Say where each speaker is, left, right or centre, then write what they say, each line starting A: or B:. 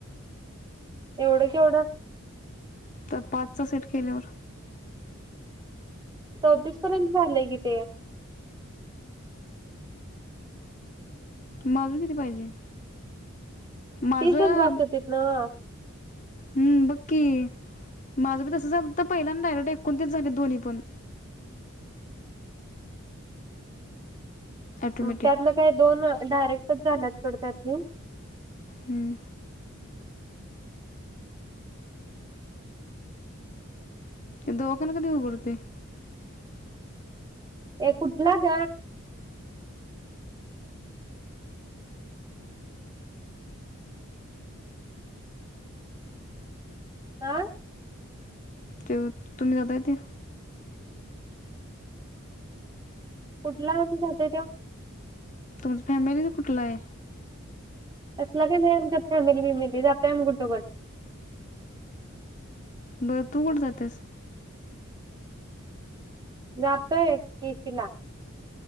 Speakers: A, on the right; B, on the left.
A: एवढं केवढं
B: तर पाचचा सेट केल्यावर.
A: चौतीस पर्यंत झालंय कि ते.
B: म अजून किती पाहिजे?
A: <unintelligible>
B: माझं हम्म बघ की माझं बी तस झालं तर पहिल्यांदा आले, एकोणतीच झाली दोन्ही पण ॲटोमॅटिक
A: म त्यातलं काय दोन डायरेक्टच झालात थोड त्यातले
B: हम्म. <unintelligible>
A: हे कुठल ग अह
B: ते तुम्ही जाताय ते
A: कुठला आ जातोय त्यो
B: तुमच फॅमिलीच कुठलं आहे
A: कसला बी नाही आमच्या फॅमिली विमिली जातय आम्ही कुठे पण
B: बरं तू कठ जातेस?
A: जाते <unintelligible>